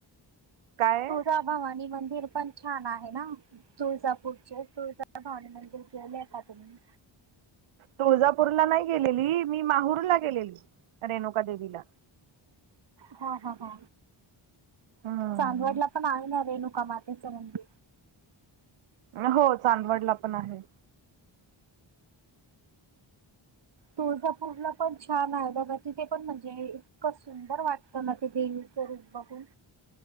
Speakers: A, on the right; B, on the right.
A: काय
B: तुळजा भवानी मंदिर पण छान आहे ना. तुळजापूरचे तुळजाभवानी मंदिर गेले का तुम्ही?
A: तुळजापूरला नाही गेलेली मी माहूर ला गेलेली रेणुका देवीला.
B: ह ह ह
A: हम्म
B: चांदवडला पण आहे ना रेणुका मातेचं मंदिर.
A: अहो चांदवडला पण आहे.
B: तुळजापूरला पण छान आहे बघा तिथे पण म्हणजे इतकं सुंदर वाटतं ना ते देवीचं रूप बघून.